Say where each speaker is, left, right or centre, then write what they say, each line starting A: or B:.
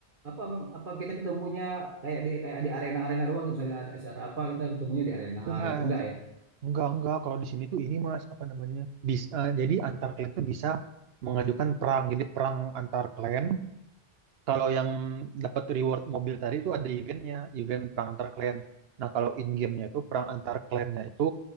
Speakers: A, on the right (about 55°); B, on the right (about 75°).
A: apa apa kita ketemunya kayak di kayak di arena-arena doang misalnya ada acara apa kita ketemunya di arena
B: Itu, Mas.
A: gitu enggak ya
B: Enggak, enggak. Kalau di sini tuh ini Mas, apa namanya? Bis, eh, jadi antar klan tuh bisa mengajukan perang. Jadi perang antar klan. Kalau yang dapat reward mobil tadi itu ada eventnya, event perang antar klan. Nah, kalau in game-nya itu perang antar klannya itu